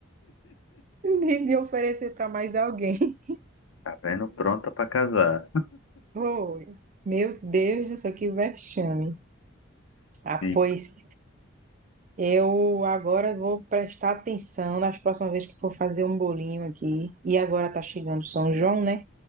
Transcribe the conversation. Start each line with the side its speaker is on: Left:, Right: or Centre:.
Right: <laughs> de de oferecer para mais alguém. <laughs>
Left: Tá vendo? Pronta para casar.
Right: Foi. Meu Deus do céu, que vexame. Ah,
Left: Sim.
Right: pois eu agora vou prestar atenção nas próximas vezes que for fazer um bolinho aqui. E agora tá chegando São João, né?